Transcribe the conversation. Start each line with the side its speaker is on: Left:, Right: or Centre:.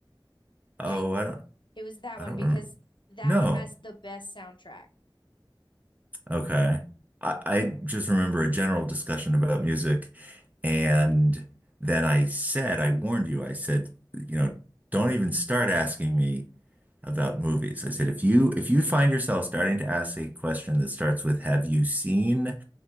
Right: "Oh,
Left: Yeah,
Right: I don't,
Left: it was that
Right: I
Left: one
Right: don't
Left: because
Right: rem
Left: that
Right: No."
Left: one has the best soundtrack.
Right: Okay. I, I just remember a general discussion about music, and then I said, I warned you, I said, you know, don't even start asking me about movies. I said, if you if you find yourself starting to ask a question that starts with "Have you seen?"